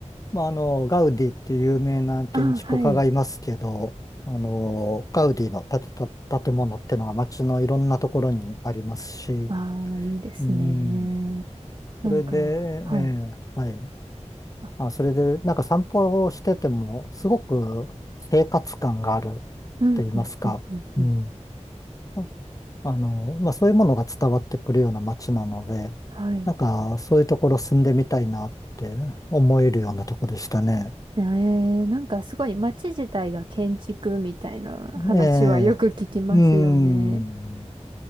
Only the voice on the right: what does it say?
あ、はい。
ああ、いいですね。
なんか、
はい。
あ、
うん、
うん、うん、うん、
うん。
はい。
ええなんかすごい街自体が建築みたいな話はよく聞きますよね。